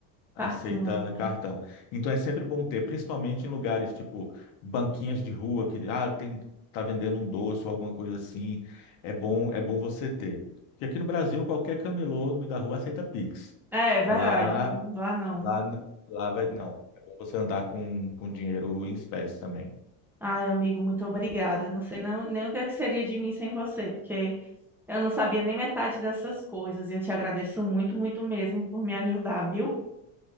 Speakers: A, in the centre; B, on the left.
A: Tartana.
B: Aceita cartão. Então é sempre bom ter, principalmente em lugares tipo banquinhas de rua que ah, tem tá vendendo um doce ou alguma coisa assim. É bom, é bom você ter. Porque aqui no Brasil qualquer camelô no meio da rua aceita Pix.
A: É, é verdade,
B: Lá,
A: lá não.
B: lá, n- lá vai, não. É bom você andar com, com dinheiro em espécie também.
A: Ai, amigo, muito obrigada. Não sei não, nem o que é que seria de mim sem você, porque Eu não sabia nem metade dessas coisas e eu te agradeço muito, muito mesmo por me ajudar, viu?